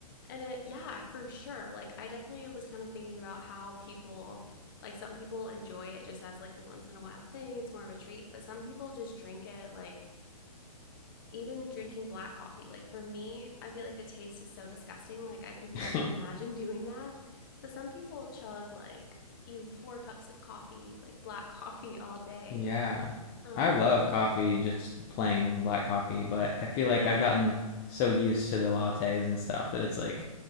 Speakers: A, on the left (about 35°); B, on the left (about 20°).
A: And it, yeah, for sure. Like, I definitely was kind of thinking about how people, like, some people enjoy it just as like a once in a while thing. It's more of a treat, but some people just drink it like even drinking black coffee. Like, for me, I feel like the taste is so disgusting. Like, I could never
B: <laughs>
A: imagine <laughs> doing that. But some people chug like even four cups of coffee, like black <laughs> coffee all day.
B: Yeah.
A: Um,
B: I love coffee, just plain black coffee, but I feel
A: really?
B: like I've gotten so used to the lattes and stuff that it's like